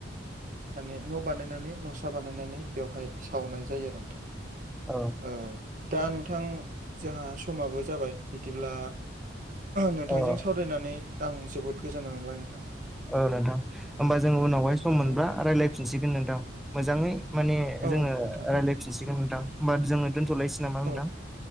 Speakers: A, on the right; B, in the centre.
A: माने न' बानायनानै नसा बानायनानै बेवहाय सावनाय जायो आरो नोंथां
B: औ
A: ओ दा नोंथां जोंहा समाबो जाबाय बिदिब्ला नोंथांजों
B: औ
A: सावराय फरायनानै आं जोबोद गोजोननाय मोनबाय नोंथां।
B: औ नोंथां होमबा जों उनावहाय सम मोनब्ला
A: औ
B: रायलायफिनसिगोन नोंथां मोजाङै माने
A: औ
B: जोङो
A: नोंथां
B: रायलायफिनसिगोन नोंथां होनबा जोङो दोन्थ'लायसै नामा
A: औ
B: नोंथां